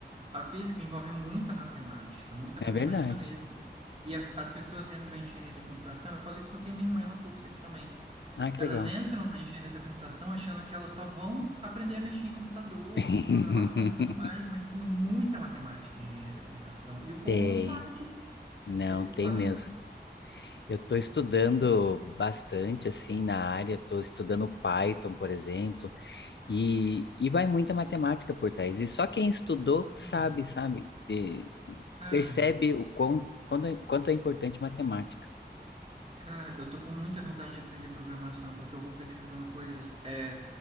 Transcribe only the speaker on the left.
é
verdade.
Ah, que
legal.
<laughs>
Tem,
não,
tem
mesmo.
Eu estou estudando bastante assim na área, estou estudando Python, por exemplo, e, e vai muita matemática por trás. E só quem estudou
sabe, sabe, que
percebe o quão, quando, quanto é importante matemática.